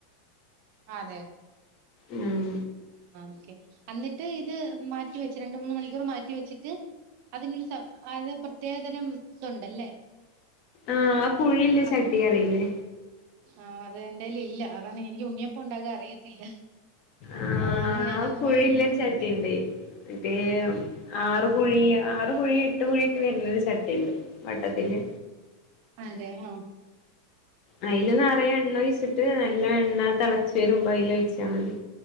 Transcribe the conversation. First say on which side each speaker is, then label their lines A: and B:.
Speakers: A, on the right; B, on the left.
A: അതെ
B: ഉം
A: ആഹ് ഓക്കെ അന്നിട്ട് ഇത് മാറ്റി വെച്ച് രണ്ട് മൂന്ന് മണിക്കൂർ മാറ്റി വെച്ചിട്ട് അതിനൊരു സ അത് പ്രത്യേകതരം ഇതുണ്ടല്ലേ
B: ആഹ് ആ കുഴില്ലേ
A: പാത്രം
B: ചട്ടി അറിയില്ലേ
A: ആഹ് അത് എന്റെൽ ഇല്ല അതാണ് എനിക്ക് ഉണ്ണിയപ്പം ഉണ്ടാകാൻ അറിയത്തില്ല
B: ആഹ്
A: അതാണ് ഞാന്
B: ആ
A: അത്‌
B: കുഴില്ലൊരു
A: വാങ്ങിച്ചിട്ടിള്ളെ
B: ചട്ടിണ്ട് <unintelligible> കുഴി ആറ് കുഴി എട്ട് കുഴി ഒക്കെ വരുന്ന ഒരു ചട്ടിയുണ്ട് വട്ടത്തില്
A: അതെ ആഹ്
B: അയിൽ നിറെ എണ്ണ ഒഴിച്ചിട്ട് നല്ല എണ്ണ തിളച്ച് വരും മ്പോ അയ്ൽ ഒഴിച്ചാ മതി